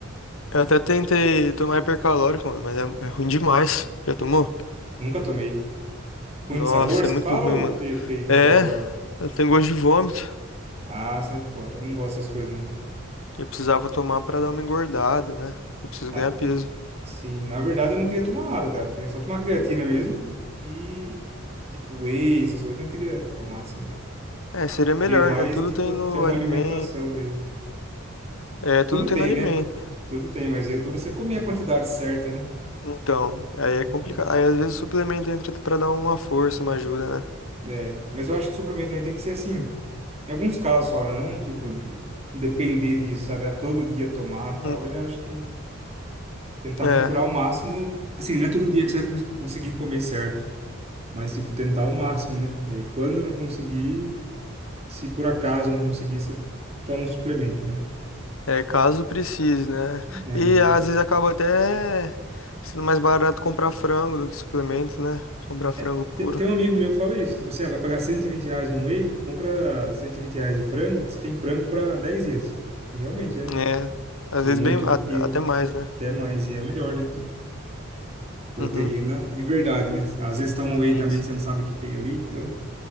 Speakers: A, on the left (about 70°); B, on the right (about 30°).
A: Eu até tentei tomar hipercalórico, mano, mas é, é ruim demais. Já tomou?
B: nunca tomei. Ruim
A: Nossa,
B: de sabor, você
A: é muito
B: fala
A: ruim,
B: ou
A: mano.
B: de efeito
A: É,
B: colateral?
A: eu tenho gosto de vômito.
B: Ah, sai fora, eu não gosto dessas coisas, não.
A: Eu precisava tomar pra dar uma engordada, né? Eu preciso
B: Ah,
A: ganhar peso.
B: n- sim, na verdade eu não queria tomar nada, cara, eu queria só tomar creatina mesmo e, tipo, whey, essas coisas, eu não queria tomar assim, não.
A: É, seria
B: Queria
A: melhor,
B: mais,
A: né? Tudo
B: tipo,
A: tem no
B: ter uma
A: alimento.
B: alimentação mesmo.
A: É, tudo
B: Tudo
A: tem
B: tem,
A: no alimento.
B: né? Tudo tem, mas é duro é você comer a quantidade certa, né?
A: Então, aí
B: Então.
A: é complicado. Aí às vezes o suplemento entra pra dar uma força, uma ajuda, né?
B: É, mas eu acho que o suplemento também tem que ser assim. Em alguns casos só, né? Não, tipo, d- depender disso, sabe? A todo dia tomar
A: Uhum.
B: tal. Eu já acho que tentar
A: É,
B: procurar o máximo. Assim, não é todo dia que você vai cons- conseguir comer certo, mas, tipo, tentar o máximo, né? E aí, quando não conseguir, se por acaso não conseguir, você toma um suplemento, né?
A: é caso precise, né?
B: É,
A: E
B: então.
A: às vezes acaba até sendo mais barato comprar frango do que suplemento, né? Comprar
B: É,
A: frango puro.
B: te- tem um amigo meu que fala isso. Tipo assim, ah, vai pagar 120 reais num whey, compra 120 reais de frango, que você tem frango para 10 dias. E realmente, né?
A: É, às
B: E
A: vezes
B: muito.
A: bem, a-
B: E
A: até mais, né?
B: até mais. E é melhor, né? Proteína
A: Uhum,
B: de verdade, né? Às vezes toma whey
A: Sim,
B: também,
A: sim.
B: você não sabe o que tem ali, então.